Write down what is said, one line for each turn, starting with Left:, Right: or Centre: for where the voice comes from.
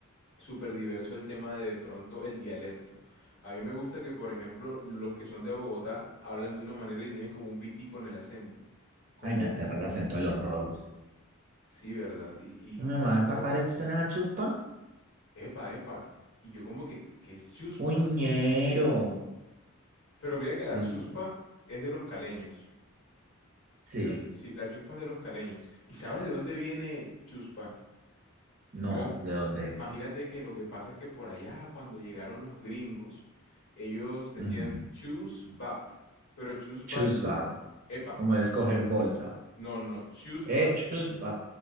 Left: súper diverso el tema de, de pronto el dialecto. A mí me gusta que, por ejemplo, los que son de Bogotá hablan de una manera y tienen como un pitico en el acento. Como
Right: Ay, me aterra
Left: un...
Right: el acento de los rolos.
Left: Sí, ¿verdad? Y, y,
Right: Mi mamá,
Left: y es
Right: empacar
Left: loco.
Right: esto en esa chuspa.
Left: Epa, epa. Y yo como que, ¿qué es chuspa?
Right: Uñero.
Left: Pero mira que la
Right: Los,
Left: chuspa es de los caleños.
Right: Sí,
Left: Las, sí, las chuspas de los caleños. ¿Y sabes de dónde viene chuspa?
Right: no,
Left: Yo,
Right: ¿de dónde?
Left: imagínate que lo que pasa es que por allá, cuando llegaron los gringos, ellos decían
Right: Ujú.
Left: chusbat, pero chusbat,
Right: Choose bag,
Left: epa,
Right: como de escoger bolsa.
Left: no, no, no, chusbat,
Right: Eh, choose bag.